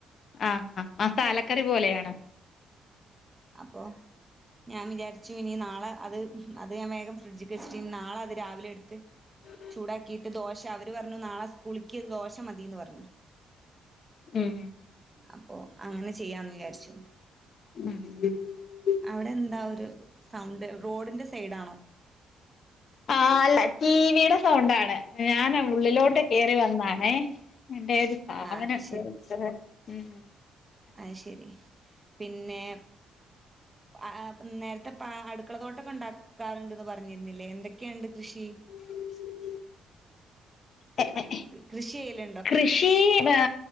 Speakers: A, on the left; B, on the right.
A: ആഹ് ആ മസാലക്കറി പോലെയാണ്.
B: അപ്പോ ഞാൻ വിചാരിച്ചു ഇനി നാളെ അത് അത് ഞാൻ വേഗം ഫ്രിഡ്ജ്ക്ക് വെച്ചിട്ട് ഇനി നാളെ അത് രാവിലെ എടുത്ത്
A: <inaudible>
B: ചൂടാക്കിയിട്ട് ദോശ അവര് പറഞ്ഞു നാളെ സ്കൂളിക്ക് ദോശ മതീന്ന് പറഞ്ഞു.
A: ഉം
B: അപ്പൊ അങ്ങനെ ചെയ്യാന്ന് വിചാരിച്ചു.
A: ഉം ഉ
B: അവടെ ന്താ ഒരു സൗണ്ട് റോഡിൻ്റെ സൈഡാണോ?
A: ആഹ് അല്ല ടിവീടെ സൗണ്ടാണ് ഞാന് ഉള്ളിലോട്ട് കേറി വന്നാണേ, എന്റെ ഒരു സ്ഥാപനം
B: ആ അത്
A: <unintelligible> ഉം
B: അയ് ശരി പിന്നെ അ അ നേരത്തെ പ അടുക്കള തോട്ടൊക്കെ ഉണ്ടാക്കാറുണ്ട്ന്ന് പറഞ്ഞിരുന്നില്ലേ എന്തൊക്കെയുണ്ട് കൃഷി?
A: <inaudible> <inaudible>
B: കൃഷി യ്യേല്
A: കൃഷീ ആ